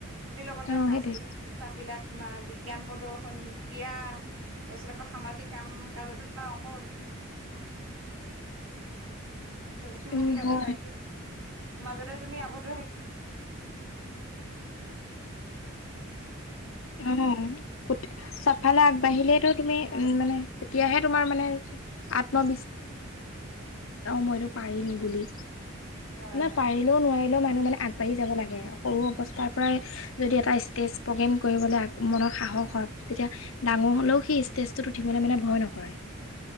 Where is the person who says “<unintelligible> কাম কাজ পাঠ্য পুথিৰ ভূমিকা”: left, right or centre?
Right